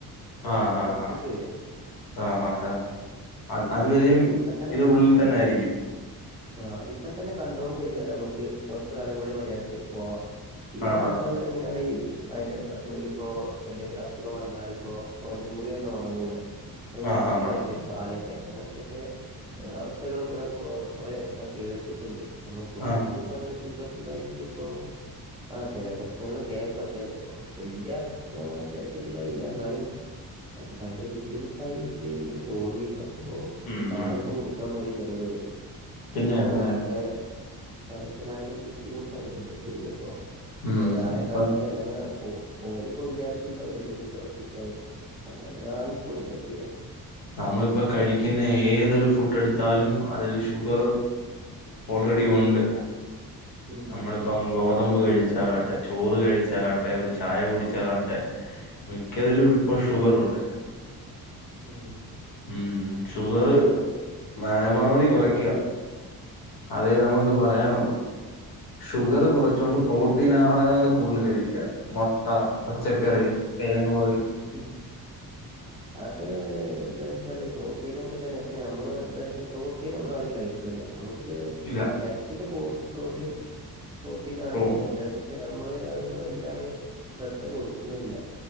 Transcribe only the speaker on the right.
ഇതാവ്ആ
പൊറത്ത്ക്ക്
വരാ
ഇപ്പൊ ഇപ്പ തന്നെ
ആ ഇപ്പത്തന്നെ കണ്ട്രോൾ ചെയ്താലമ്ക്ക് കൊറച്ച് കാലം കൂടി മര്യാക്ക് പോവാ തീരെ
കൺട്രോളില്ലെങ്കിലാണീ
ഭയങ്കര പ്രശ്നാ ഇപ്പൊ എന്തെങ്കിലും അസുഖം വന്നാലിപ്പോ ഓന്റെ മുറിയൊന്നും ഒണങ്ങൂല അത്
മുറിച്ച്
കളയണ്ടിവരും
കാലൊക്കെ അങ്ങനത്തൊക്കെ അവസ്ഥകള് ഇവിടെ ഇപ്പോ കൊറേ ഞാൻ കേട്ടിട്ടുണ്ട് നമ്മളെ കുടുംബത്തില്
അങ്ങനെ ഷുഗറ്ണ്ടായിട്ട്പ്പോ ആ ചെല പ്രശ്നങ്ങളൊക്കെ പക്ഷെ വല്യ ആ തരത്തിലുള്ളതില്ല എന്നാലും അതൊക്കെ ഭയങ്കര ബുദ്ധിമുട്ടായിട്ട് തോന്നിക്കണ് അപ്പൊ അപ്പൊ
കാലൊക്കെ
മുറിക്കാൻ പറയും ചെലരോട്
അപ്പോ
അതൊക്കെ അതൊക്കെ ഭയങ്കര ബുദ്ധിമുട്ടാണ് എന്താ ചെയ്യപ്പൊ
ഒരായ
കാലത്ത് അല്ലെങ്ങ ഓര്പ്പൊ വിചാരിച്ച്ണ്ടാവുല്ലല്ലോ ഷുഗറൊക്കുള്ളത് അതങ്ങനായിപ്പോയി എന്താ ചെയ്യാ
ഉം
ഉം
ഉം
ഉം ഉം
ഉം
അത് എന്താവെച്ചാല് പ്രോട്ടീനൊക്കെതന്നെ പക്ഷെ നമ്മള് എന്താ വെച്ചാ പ്രോട്ടീന് നമ്മളാരും കഴിക്ക്ണില്ല അത്
എറച്ചിയൊക്കെ പ്രോ പ്രോട്ടീൻ പ്രോട്ടീനാണ്
പക്ഷെ എന്താ ന്നെച്ചാ നമ്മള് അതിന് വല്ലാണ്ട് ശ്രദ്ധ കൊട്ക്ക്ണില്ല